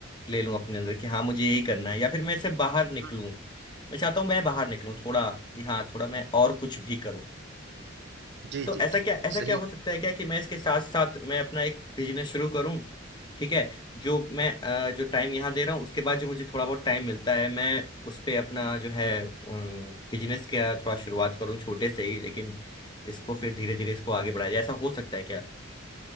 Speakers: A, on the left (about 20°); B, on the right (about 55°).
A: ले लूँ अपने अंदर कि हाँ मुझे यही करना है या फिर मैं इससे बाहर निकलूँ
B: हम्म,
A: मैं चाहता हूँ मैं बाहर निकलूँ थोड़ा कि हाँ थोड़ा मैं और कुछ भी करूँ
B: जी
A: तो
B: जी
A: ऐसा
B: जी
A: क्या ऐसा
B: सही
A: क्या हो सकता है क्या कि मैं इसके साथ साथ मैं अपना एक बिजनेस शुरू करूं ठीक है जो मैं अ, जो टाइम यहाँ दे रहा हूँ उसके बाद जो मुझे थोड़ा बहुत टाइम मिलता है मैं उस पे अपना जो है बिजनेस का थोड़ा शुरुआत करूँ छोटे से ही लेकिन इसको फिर धीरे धीरे इसको आगे बढ़ाया जाए ऐसा हो सकता है क्या